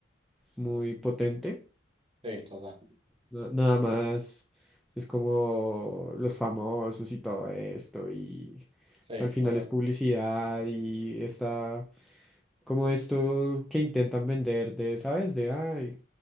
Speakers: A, in the centre; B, on the right.
A: muy potente,
B: Sí, total.
A: na- Nada más es como los famosos y todo esto y
B: Sí,
A: al final
B: total.
A: es publicidad y está como esto que intentan vender de, ¿sabes? De, ay,